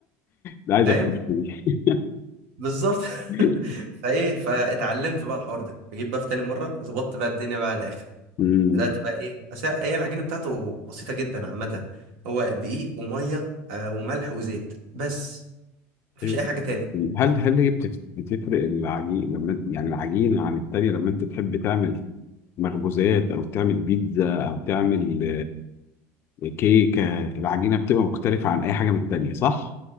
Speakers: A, on the left; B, on the right.
A: ده عايز
B: فاهم
A: افكر فيه
B: بالظبط
A: <laughs>
B: <laughs> فايه فاتعلمت بقى الحوار ده اجيب بقى في تاني مره ظبطت بقى الدنيا بقى على الاخر
A: أمم.
B: بدات بقى ايه بس هي العجينه بتاعته بسيطه جدا عامه هو دقيق وميه آه وملح وزيت بس مفيش
A: ايوه
B: اي حاجه تاني
A: هل هل هي بتف- بتفرق العجين لما انت- يعني العجينة عن التانية لما انت تحب تعمل مخبوزات او تعمل بيتزا او تعمل آه، كيكة العجينة بتبقى مختلفة عن اي حاجة من التانية صح؟